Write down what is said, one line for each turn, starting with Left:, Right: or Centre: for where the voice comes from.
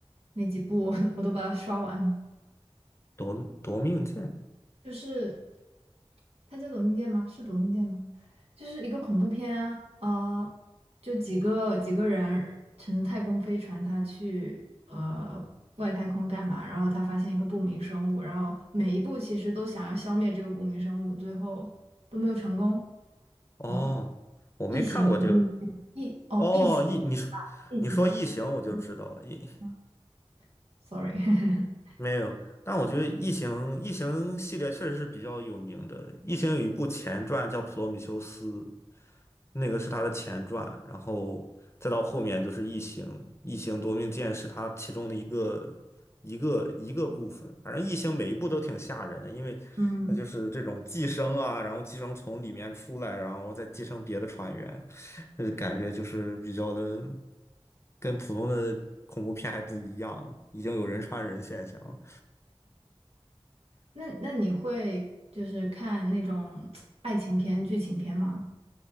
Right: 那几部 <laughs>，我都把它刷完了。
Left: 夺夺命剑。
Right: 就是它叫《夺命剑》吗？是《夺命剑》吗？就是一个恐怖片啊，呃，就几个几个人乘着太空飞船，他去呃外太空干嘛？然后他发现一个不明生物，然后每一步其实都想要消灭这个不明生物，最后都没有成功。
Left: 哦，
Right: 嗯，
Left: 我没看过这个。
Right: 异形夺命剑，异哦，
Left: 哦，
Right: 异形，
Left: 异，你说你说异形，
Right: 异形了。
Left: 我就知道了。
Right: 嗯
Left: 异
Right: 嗯，sorry，<laughs>
Left: 没有，但我觉得异形异形系列确实是比较有名的。异形有一部前传叫《普罗米修斯》，那个是它的前传，然后再到后面就是《异形》，《异形夺命剑》是它其中的一个一个一个部分。反正《异形》每一部都挺吓人的，因为那就是这种寄生啊，
Right: 嗯。
Left: 然后寄生从里面出来，然后再寄生别的船员，就是感觉就是比较的跟普通的恐怖片还不一样，已经有人传人现象了。
Right: 那那你会就是看那种爱情片、剧情片吗？